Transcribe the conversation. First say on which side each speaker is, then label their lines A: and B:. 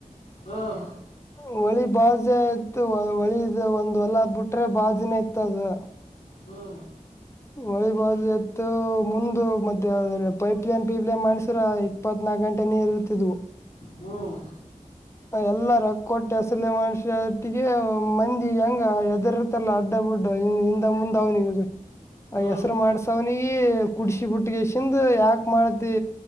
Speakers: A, on the left; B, on the left.
A: ಹ್ಮ್
B: ಹೊಳಿ ಬಾಜೆ ಇತ್ತು ಹೊಳಿದ ಒಂದ್ ಹೊಲ ಬಿಟ್ರೆ ಬಾಜಿನ ಇತ್ತದ
A: ಹ್ಮ್
B: ಹೊಳಿಬೋದು ಎತ್ತು ಮುಂದು ಮ ಪೈಪ್ಲೈನ್ ಪೀಪ್ ಲೈನ್ ಮಾಡ್ಸ್ರ ಇಪ್ಪತ್ನಾಕ ಗಂಟೆ ನೇ ಇರುತ್ತಿದ್ದು
A: ಹ್ಮ್
B: ಎಲ್ಲ ರಕ್ಕ ಕೊಟ್ಟಿ ಅಸಲ ಮನುಷ್ಯೊಟ್ಟಿಗೆ ಮಂದಿ ಹೆಂಗ ಹೆದರ್ರ್ತಲ್ಲ ಅಡ್ಡ ಬುಡ್ಡ ಮುಂದ ಅವನಿಿಗೆ ಆ
A: ಹ್ಮ್
B: ಹೆಸರು ಮಾಡ್ಸ ಅವನಿಿಗೆ ಕುಡಡ್ಸಿ, ಬಿುಟ್ಟಿಗೆ ಎಸಿಂದ ಯಾಕು, ಮಾಡತಿ